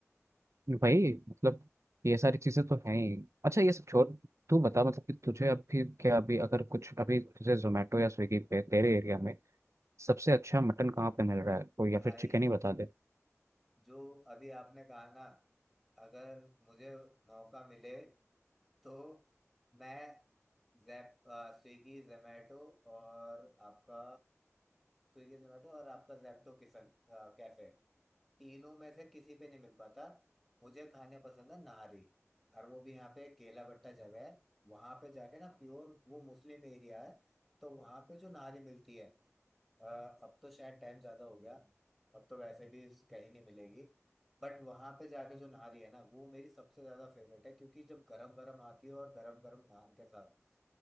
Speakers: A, on the right; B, in the centre.
A: भाई मतलब ये सारी चीज़ें तो हैं ही अच्छा ये सब छोड़ तू बता मतलब कि तुझे अभी क्या अभी अगर कुछ अभी तुझे जोमेटो या स्विगी पे तेरे एरिया में सबसे अच्छा मटन कहाँ पे मिल रहा है तो या
B: भाई
A: फिर चिकन ही बता दे
B: जो अभी आपने कहा ना अगर मुझे मौका मिले तो मैं जैप स्विगी जोमेटो और आपका स्विगी जोमेटो और आपका जैप्टो किचन कैफे तीनों में से किसी पे नहीं मिल पाता मुझे खाने पसंद है नारी और वो भी यहाँ पे केला भट्टा जगह है वहां पे जाके ना प्योर वो मुस्लिम एरिया है तो वहां पे जो नारी मिलती है अ, अब तो शायद टाइम ज्यादा हो गया अब तो वैसे भी कहीं नहीं मिलेगी बट वहां पे जाके जो नारी है ना वो मेरी सबसे ज्यादा फेवरेट है क्योंकि जब गरम गरम आती है और गरम गरम नान के साथ